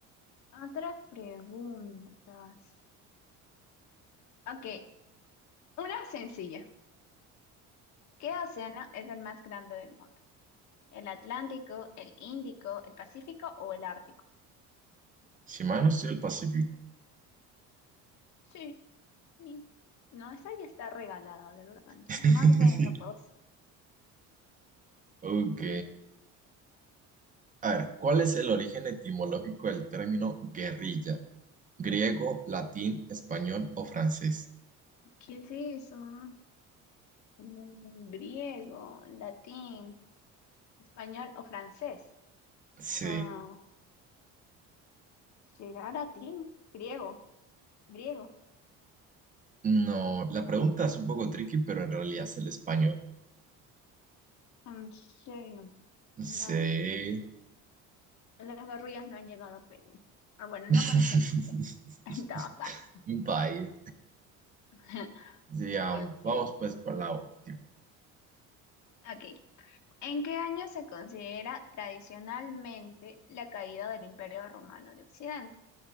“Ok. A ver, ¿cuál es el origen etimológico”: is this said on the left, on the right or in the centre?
Right